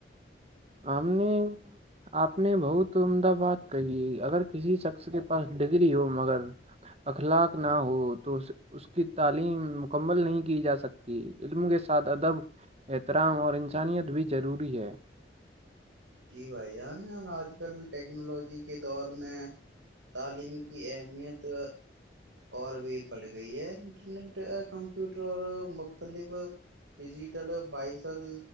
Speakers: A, on the right; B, on the right.
A: آ نے آپ نے بہت عمدہ بات کہی اگر کسی شخص کے پاس ڈگری ہو مگر اخلاق نہ ہو تو اس کی تعلیم مکمل نہیں کی جا سکتی علم کے ساتھ ادب احترام اور انسانیت بھی ضروری ہے
B: جی بھائی یار <inaudible> آج کل ٹیکنالوجی کے دور میں تعلیم کی اہمیت اور بھی بڑھ گئی ہے انٹرنیٹ کمپیوٹر اور مختلف ڈیجیٹل بائسل